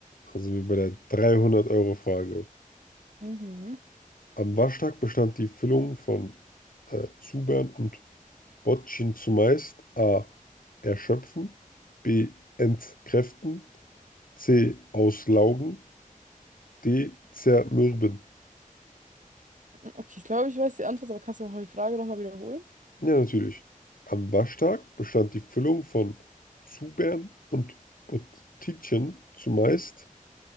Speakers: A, on the left; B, on the right.
A: Also wie bei der 300-Euro-Frage.
B: Mhm.
A: Am Waschtag bestand die Füllung von äh, Zubern und Bottchen zumeist a. erschöpfen, b. entkräften, c. auslaugen, d. zermürben.
B: Okay, ich glaube, ich weiß die Antwort, aber kannst du noch mal die Frage nochmal wiederholen?
A: Ja, natürlich. Am Waschtag bestand die Füllung von Zubern und Bottitchen zumeist